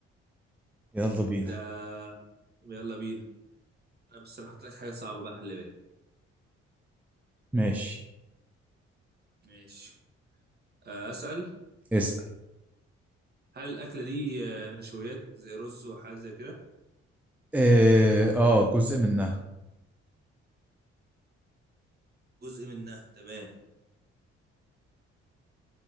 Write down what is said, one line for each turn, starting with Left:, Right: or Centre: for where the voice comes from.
Centre: يلا بينا
Right: ده يلا بينا انا بس انا هحط لك حاجه صعبه بقى خلي بالك
Centre: ماشي
Right: ماشي آه، أسأل
Centre: اسال
Right: هل الأكلة دي آه، نشويات زي رز وحاجة زي كده
Centre: إيه، اه جزء منها
Right: جزء منها تمام